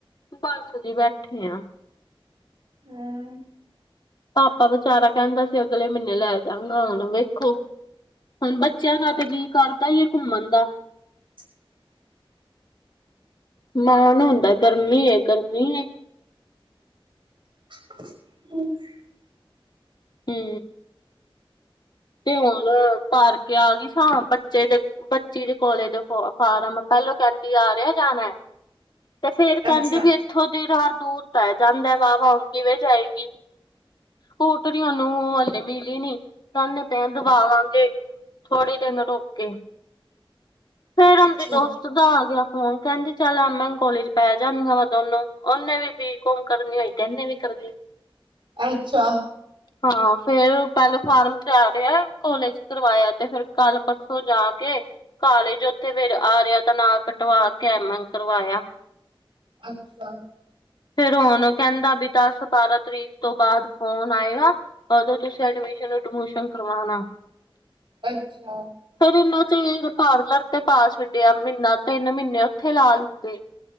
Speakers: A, on the left; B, on the right.
A: ਬਸ ਜੀ ਬੈਠੇ ਆ।
B: ਹੂੰ।
A: ਪਾਪਾ ਬਿਚਾਰਾ ਕਹਿੰਦਾ ਸੀ, ਅਗਲੇ ਮਹੀਨੇ ਲੈ ਜਾਗਾ, ਹੁਨ ਵੇਖੋ? ਹੁਨ ਬੱਚੇਆਂ ਦਾ ਤੇ ਜੀ ਕਰਦਾ ਈ ਏ ਘੁੰਮਨ ਦਾ।
B: <inaudible>
A: ਮਾਂ ਨੂੰ ਹੁੰਦਾ ਏ ਗਰਮੀ ਏ, ਗਰਮੀ ਏ।
B: <inaudible>
A: ਹੂੰ। ਤੇ ਹੁਣ ਭਰ ਕੇ ਆ ਗਈ ਸਾਂ, ਬੱਚੇ ਦੇ ਬੱਚੀ ਦੇ ਕੋਲੇਜ ਫੋ ਫਾਰਮ, ਪਹਿਲੋਂ ਕਹਿੰਦੀ ਆਰਿਆ ਜਾਨਾ ਏ। ਤੇ ਫੇਰ
B: ਅੱਛਾ।
A: ਕਹਿੰਦੀ ਵੀ ਇੱਥੋਂ ਦੀ ਰਾਹ ਦੂਰ ਪੈ ਜਾਂਦਾ ਏ ਵਾ-ਵਾ, ਹੁਣ ਕਿਵੇਂ ਜਾਏਗੀ? ਸਕੂਟਰੀ ਉਹਨੂੰ ਹੱਲੇ ਮਿਲੀ ਨੀ। ਕਹਿਣੇ ਪਏ ਆ ਦਵਾਵਾਂਗੇ, ਥੋੜੇ ਦਿਨ ਰੁਕ ਕੇ। ਫੇਰ ਔਂਦੀ
B: ਅੱਛਾ,
A: ਦੋਸ ਤ ਆ ਗਿਆ ਫੋਨ, ਕਹਿੰਦੀ ਚੱਲ ਐਮ ਐਨ ਕੋਲੇਜ ਪੈ ਜਾਂਨਿਆ ਵਾ ਦੋਨੋ, ੳਨੇ ਵੀ ਬੀ ਕੌਮ ਕਰਨੀ ਹੋਈ ਤੇ ਏਨੇ ਵੀ ਕਰਨੀ।
B: <inaudible> ਅੱਛਾ।
A: ਹਾਂ ਫੇਰ ਪਹਿਲੇ ਫਾਰਮ ਜਾ ਰਿਹਾ ਕੋਲੇਜ ਕਰਵਏਆ ਤੇ ਫੇਰ ਕੱਲ ਪਰਸੋਂ ਜਾ ਕੇ ਕਾਲਜ ਉੱਥੇ ਫੇਰ ਆਰਿਆ ਤਾਂ ਨਾਂ ਕਟਵਾ ਕੇ ਐਮ ਏਨ ਕਰਵਾਏਆ।
B: ਅੱਛਾ।
A: ਫੇਰ ਹੁਣ ਕਹਿੰਦਾ ਵੀ ਦਸ ਬਾਰਾਂ ਤਰੀਕ ਤੋਂ ਬਾਅਦ ਫੋਨ ਆਏਗਾ। ਉਦੋਂ ਤੁਸੀਂ ਐਡਮਿਸ਼ਨ ੳਡਮਿਸ਼ਨ ਕਰਵਾਨਾ।
B: ਅੱਛਾ।
A: ਫੇਰ ਇਹਨਾਂ ਚ ਪਾਰਲਰ ਤੇ ਪਾ ਛੱਡਿਆ ਮਹੀਨਾ ਤਿੰਨ ਮਹੀਨੇ ਉੱਥੇ ਲਾ ਲਿੱਤੇ।